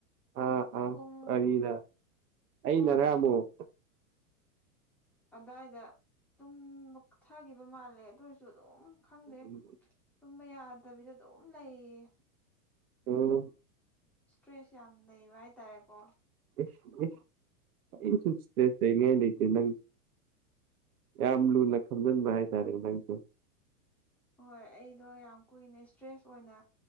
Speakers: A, on the right; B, in the centre.
A: ꯑꯥ ꯑꯥ
B: ꯄꯨꯡ
A: ꯋꯥꯔꯤꯅ ꯑꯩꯅꯔ
B: ꯐꯣꯔ
A: ꯑꯃꯨꯛ
B: ꯑꯗꯥꯏꯗ ꯇꯨꯝ ꯃꯛꯊꯈꯤꯕ ꯃꯥꯜꯂꯦ ꯑꯗꯨ ꯑꯣꯏꯔꯁꯨ ꯑꯗꯨꯝ ꯈꯪꯗꯦ
A: ꯎꯝ
B: ꯇꯨꯝꯕ ꯌꯥꯗꯕꯤꯗ ꯑꯗꯨꯝ ꯂꯩꯌꯦ
A: ꯑꯝ
B: ꯏꯁꯇ꯭ꯔꯦꯁ ꯌꯥꯝ ꯂꯩꯕ ꯍꯥꯏꯇꯥꯔꯦꯀꯣ
A: ꯀ ꯁ ꯅ ꯂꯩꯇ ꯅ ꯌꯥꯝ ꯂꯨꯅ ꯈꯟꯖꯤꯟꯕ ꯍꯥꯏꯇꯥꯔꯦ ꯅꯪꯁꯨ
B: ꯍꯣꯏ ꯑꯩꯗꯣ ꯌꯥꯝ ꯀꯨꯏꯅ ꯏꯁꯇ꯭ꯔꯦꯁ ꯑꯣꯏꯅ